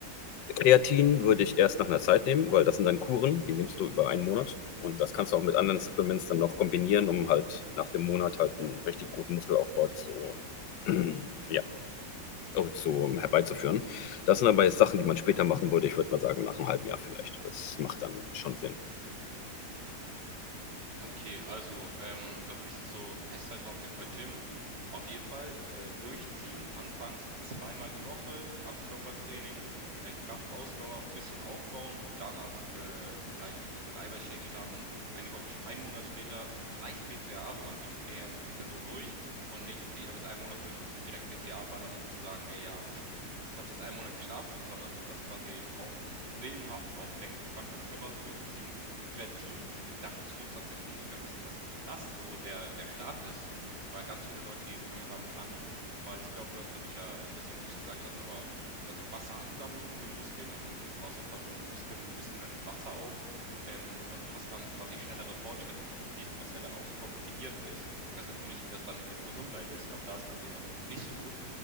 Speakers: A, on the left; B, on the right.
A: Kreatin würde ich erst nach einer Zeit nehmen, weil das sind dann Kuren, die nimmst du über einen Monat und das kannst du auch mit anderen Supplements dann noch kombinieren, um halt nach dem Monat halt einen richtig guten Muskelaufbau zu, <clears throat> <laughs> ja, oh, zu, ähm, herbeizuführen. Das sind aber jetzt Sachen, die man später machen würde. Ich würde mal sagen, nach einem halben Jahr vielleicht. Das macht dann schon Sinn.
B: Okay, also ähm, dann würde ich jetzt so festhalten, auf jeden Fall Gym, auf jeden Fall äh, durchziehen, anfangs zweimal die Woche, Ganzkörpertraining, äh, Kraft, Ausdauer, bisschen aufbauen, danach äh, vielleicht so mit Eiweißshake starten, eine Woche, sch- einen Monat später vielleicht BCAA, wenn man sieht, okay, hey, man zieht es jetzt auch durch und nicht, okay, ich habe jetzt einen Monat durchgezogen, direkt BCAA ballern, um zu sagen, hey, ja, pff, ich habe es jetzt einen Monat geschafft, sondern das quasi auch willenhaft auf läng- langfristiger Basis durchzuziehen. Kreatin äh, dachte ich so tatsächlich sogar, dass, dass das so der, der Start ist, weil ganz viele Leute, die fangen ja damit an, weil ich glaube, du hast dadurch ja, ich weiß nicht, ob du es gesagt hast, aber ja, so Wasseransammlung in den Muskeln, also du baust ja quasi den Muskel ein bisschen mehr mit Wasser auf ähm, und hast dann quasi schnellere Fortschritte, die du siehst, was ja dann auch super motivierend ist. Ich weiß jetzt nur nicht, wie das dann für die Gesundheit ist. Ich glaube, da ist dann eben nicht so gut.